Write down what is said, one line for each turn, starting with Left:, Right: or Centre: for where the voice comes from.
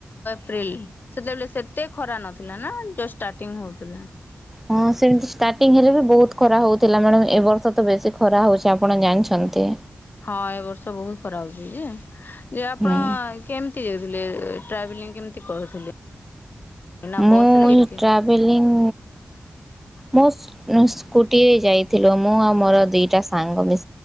Left: ପ୍ରିଲ ସେତେବେଳେ ସେତେ ଖରା ନଥିଲା ନା ଜଷ୍ଟ ଷ୍ଟାର୍ଟିଂ ହଉଥିଲା।
Centre: ହଁ ସେମିତି ଷ୍ଟାର୍ଟିଂ ହେଲେ ବି ବହୁତ ଖରା ହଉଥିଲା ମ୍ୟାଡାମ ଏ ବର୍ଷ ତ ବେଶୀ ଖରା ହଉଛି ଆପଣ ଜାଣିଛନ୍ତି।
Left: ହଁ ଏ ବର୍ଷ ବହୁତ ଖରା ହଉଛି ଯେ ଯେ ଆପଣ
Centre: ହୁଁ
Left: କେମିତି ଯାଇଥିଲେ? ଟ୍ରାଭେଲିଂ କେମିତି କରୁଥିଲେ? ନା ବସରେ
Centre: ମୁଁ
Left: କେମିତି?
Centre: ଟ୍ରାଭେଲିଂ ମୁଁ ସ୍କୁ-ସ୍କୁଟିରେ ଯାଇଥିଲୁ ମୁଁ ଆଉ ମୋର ଦି ଟା ସାଙ୍ଗ ମିଶି।